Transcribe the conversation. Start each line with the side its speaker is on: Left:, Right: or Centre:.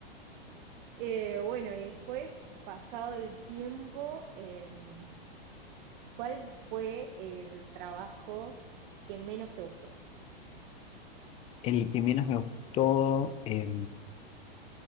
Right: Eh, bueno, y después, pasado el tiempo, em, ¿cuál fue el trabajo que menos te gustó?
Left: El que menos me gustó, eh,